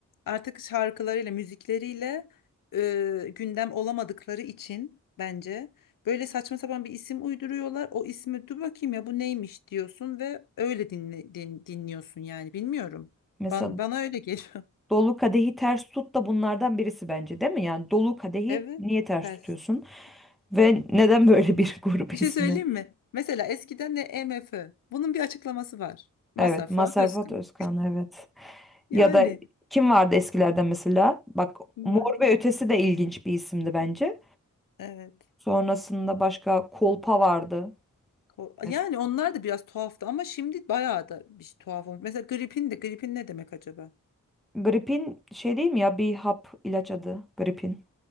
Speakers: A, on the left; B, in the centre.
A: artık şarkılarıyla, müzikleriyle e, gündem olamadıkları için bence böyle saçma sapan bir isim uyduruyorlar. O ismi dur bakayım ya bu neymiş diyorsun ve öyle dinle, din- dinliyorsun yani bilmiyorum.
B: Mesela
A: Ban- bana öyle geliyor. <laughs>
B: Dolu Kadehi Ters Tut da bunlardan birisi bence değil mi? Yani Dolu Kadehi
A: Evet,
B: niye ters
A: ters
B: tutuyorsun? Ve
A: yani.
B: neden böyle bir <laughs> grup
A: Bir şey
B: ismi?
A: söyleyeyim mi? Mesela eskiden de EMF. Bunun bir açıklaması var. Mazhar
B: Evet,
A: Fuat
B: Mazhar
A: Özkın.
B: Fuat Özkan evet.
A: Yani.
B: Ya da kim vardı eskilerde mesela? Bak
A: Vardı.
B: Mor ve Ötesi de ilginç bir isimdi bence.
A: Evet.
B: Sonrasında başka Kolpa vardı
A: O-
B: mesela.
A: Yani onlar da biraz tuhaftı ama şimdi bayağı da bir şey tuhaf olmuş. Mesela gripin de gripin ne demek acaba?
B: Gripin şey değil mi ya bir hap ilaç adı gripin